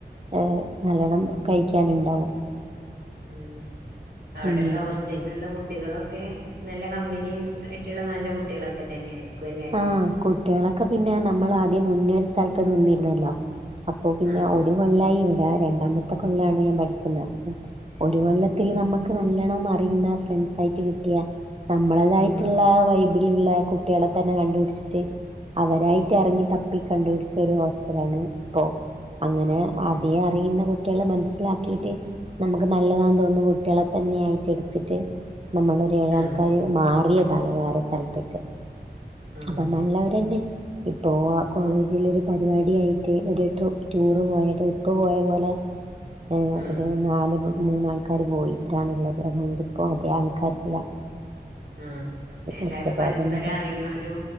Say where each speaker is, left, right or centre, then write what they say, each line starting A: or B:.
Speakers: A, on the right; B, on the right.
A: ആഹ് നല്ലോണം കഴിക്കാനുണ്ടാവും.
B: ഉം അവിടെള്ള
A: ഉം
B: ഓസ് ലൂള്ള കുട്ടികളൊക്കെ നല്ല കമ്പനി ആയിട്ട്ള്ള നല്ല കുട്ടികളൊക്കെ തന്നെ ആയിരിക്കും അല്ലെ.
A: ആഹ് കുട്ടികളൊക്കെ പിന്നെ നമ്മൾ ആദ്യം മുന്നേരു സ്ഥലത്ത് നിന്നിര്ന്നല്ലോ അപ്പൊ പിന്നെ.
B: ആഹ്
A: രു കൊല്ലായിഇവിടെ രണ്ടാമത്തെ കൊല്ലാണ് ഞാ പഠിക്കുന്ന് ഒരു കൊല്ലത്തിൽ
B: ഉം
A: നമ്മക്ക് നല്ലണം അറിയുന്ന ഫ്രൻസായ്ട്ട്കിട്ട്യാ നമ്മളതായിട്ട്ള്ള
B: ഉം
A: വൈബ് ബില്ള്ളെ കുട്ട്യാളെത്തെന്നെ കണ്ടുപിടിച്ചിട്ട് അവരായിട്ട് എർങ്ങി തപ്പി കണ്ടുപിടിച്ചൊരോസ്റ്റലാണ് പ്പോ അങ്ങനെ ആത്യേ
B: ഉം
A: അറിയുന്ന കുട്ട്യാളെ മൻസ്സിലാക്കീട്ട് നമ്മക്ക് നല്ലതാന്ന് തോന്നുന്ന കുട്ടികളെ തന്നായിട്ത്ത്ട്ട് നമ്മള് ഏഴാൾക്കാര്
B: ആഹ്
A: മാറിയതാണ് വേറൊരു സ്ഥൽത്ത്ക്ക്
B: ആഹ്
A: അപ്പൊ നല്ലവരന്നെ ഇപ്പോ കോളേജിലൊരു പരിപാടിയായിട്ട് ഒരു ട്രി ടൂറ് പോയ ട്രിപ്പ്‌ പോയ പോലെ ഏ
B: ആഹ്
A: ഒരു നാല് മൂന്നാൾക്കാര് പോയിട്ടാണ്ള്ളത് അതോണ്ടിപ്പോ ധികാൾക്കാരില്ല
B: ആ അങ്ങനെ എല്ലാരും
A: ഒച്ചപ്പാടൊന്നുമില്ല
B: പരസ്പരറിയണോ രു